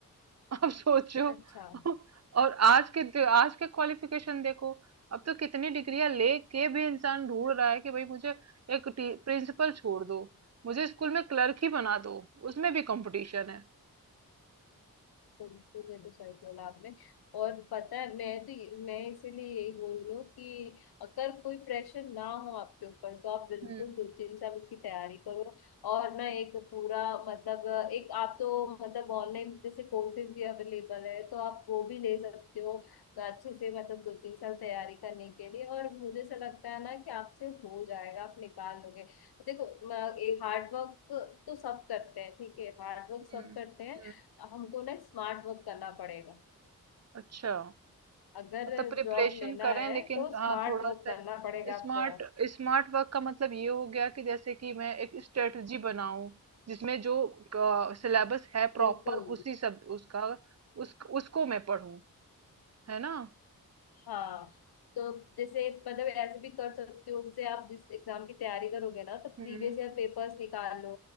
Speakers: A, on the right; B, on the left.
A: <laughs> अब सोचो
B: अच्छा हम्म
A: और आज के आज के क्वालिफिकेशन देखो अब तो कितनी डिग्रियां लेके भी इंसान ढूंढ रहा है कि भाई मुझे एक प्रिंसिपल छोड़ दो मुझे स्कूल में क्लर्क ही बना दो उसमें भी कंपटीशन है
B: तो ये तो सही बोला आपने और पता है मैं तो ये- मैं इसीलिए यही बोल रही हूँ कि अगर कोई प्रेशर ना हो आपके ऊपर तो आप बिल्कुल
A: हम्म
B: दो तीन साल उसकी तैयारी करो और ना एक पूरा मतलब एक आप तो मतलब ऑनलाइन जैसे कोर्सेज भी अवेलेबल है तो आप वो भी ले सकते हो अच्छे से मतलब दो तीन साल तैयारी करने के लिए और मुझे ऐसा लगता है ना कि आपसे हो जाएगा आप निकाल लोगे देखो म- एक हार्ड वर्क तो सब करते हैं ठीक है हार्ड वर्क
A: हम्म
B: सब करते हैं
A: हम्म
B: हमको ना स्मार्ट वर्क करना पड़ेगा
A: अच्छा
B: अगर
A: मतलब प्रिपरेशन
B: जॉब लेना
A: करें
B: है
A: लेकिन
B: तो स्मार्ट
A: हाँ थोड़ा
B: वर्क
A: सा
B: करना पड़ेगा आपको
A: स्मार्ट स्मार्ट वर्क का मतलब ये हो गया कि जैसे कि मैं एक स्ट्रेटजी बनाऊं जिसमें जो सिलेबस है
B: बिल्कुल
A: प्रॉपर उसी सब उसका उस उसको मैं पढूं है ना
B: हाँ तो जैसे मतलब ऐसे भी कर सकते हो जैसे आप जिस एग्जाम की तैयारी करोगे ना तो प्रीवियस
A: हम्म
B: ईयर पेपर्स निकाल लो